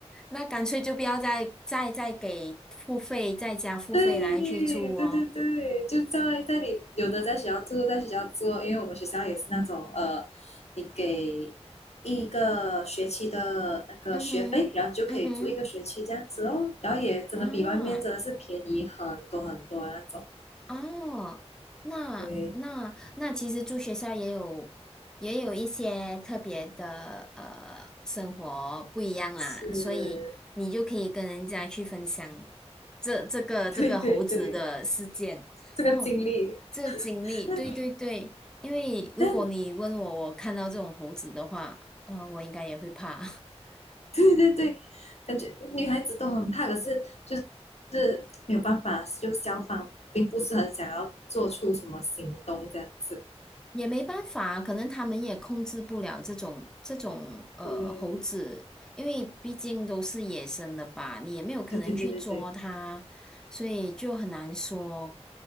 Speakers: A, in the centre; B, on the left (about 70°).
A: 那干脆就不要再再再给付费，再加付费来去住哦。
B: 对对对对，就在在里，有的在学校住，在学校住，因为我们学校也是那种呃，你给一个学期的那个学费，
A: 嗯哼，
B: 然后你就可以住一个学期这样子哦，
A: 嗯哼，
B: 然后也真的比外面真的是便宜很多很多那种。
A: 啊。哦，那那那其实住学校也有也有一些特别的呃生活不一样啦，
B: 对，是，
A: 所以你就可以跟人家去分享这这个这个猴子的事件哦，
B: <laughs> 对对对，这个经历。
A: 这个经历，
B: 那
A: 对对对，因为如果你问我我看到这种猴子的话，
B: 那。
A: 呃，我应该也会怕。<laughs>
B: 对对对，感觉女孩子都很怕，可是就是没有办法，就消防并不是很想要做出什么行动这样子。
A: 也没办法，可能他们也控制不了这种这种呃猴子，
B: 对哦，
A: 因为毕竟都是野生的吧，你也没有可能去捉它，
B: 对对对对对，
A: 所以就很难说。